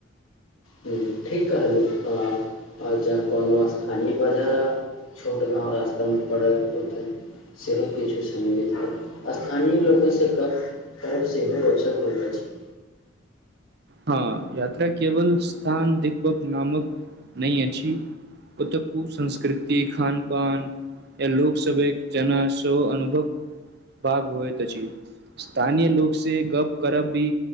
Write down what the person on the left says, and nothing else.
ह ठीक कहले आ जँ कोनो स्थानीय बाजार आ छोट गाँव रास्तामे पड़त ओतऽ सेहो किछु समिलित होत स्थानीय लोककेसँ करर्ब सेहो रोचक होइत अछि